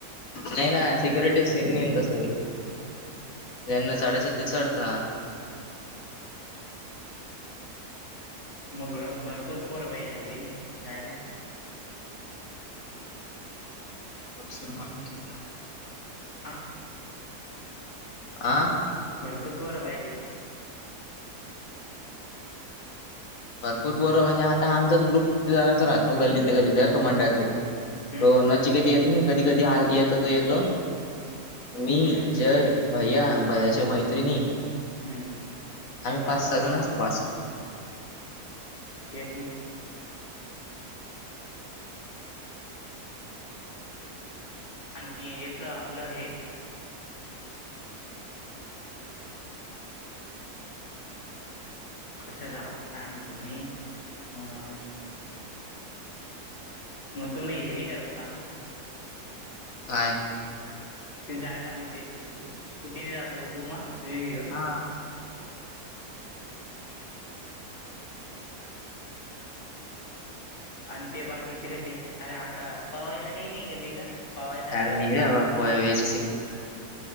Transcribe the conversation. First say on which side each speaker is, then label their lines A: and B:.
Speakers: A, on the left; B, on the left.
A: नाही ना? सिक्युरिटीव सीन नाही तसं बी. त्यांना साडेसात ते सोडता..
B: मग भरपूर पोरं पायजे आहे की नाही जायला?
A: असलकम <unintelligible>
B: अं
A: आं
B: भरपूर पोरं पाहिजे.
A: भरपूर पोरं म्हणजे आता आमचाच ग्रुप.. किती जणांचा राहतो गल्लीतले गल्लीतले मंडळातले हो,
B: हम्म
A: नचिकेत येत नाही कधी कधी हं येत.. तो येतो, मी,
B: हम्म हम्म
A: जय.. भैया, भैयाच्या मैत्रिणी
B: हम्म
A: आम्ही पाच-सहा जण असतो बास
B: तेच ना. आणि याचं आपलं हे.. कशाचं? आपलं काय म्हणतो मी अं.. मग तुम्ही हे नाही करत का?
A: काय?
B: ते जायला म्हणजे स्कु स्कुटीने जातो का तू मग? तुझे घेऊन.
A: हां.
B: आणि ते बाकीचे कसे? अरे, आप पवईला काही नाही का तिकडं? पवायसारखं?
A: अरे नाही रे बाबा पोहे वेळेचं सीन